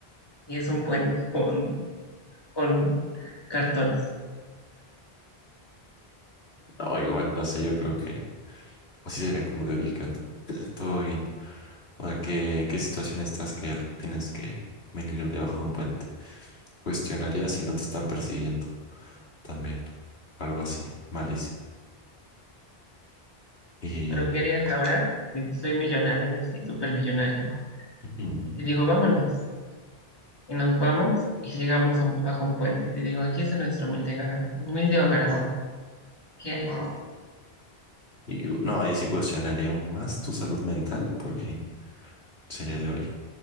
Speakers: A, on the left; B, on the left.
A: Y es un puente con, con cartones.
B: No, igual, no sé, yo creo que así sería como de, oye, ¿qué onda? <laughs> Todo bien. O sea, ¿qué, en qué situación estás que tienes que venir debajo de un puente? Cuestionaría si no te están persiguiendo también. Algo así, malísimo. Y,
A: Pero ¿qué harías ahora? Sí, soy millonaria, soy súper millonaria.
B: ujú,
A: Y te digo, vámonos. Y nos vamos y llegamos a un- bajo un puente. Y te digo, aquí está nuestro humilde hogar, amor. Humilde hogar, amor. ¿Qué harías?
B: y no, ahí sí cuestionaría aún más tu salud mental porque sería de, oye,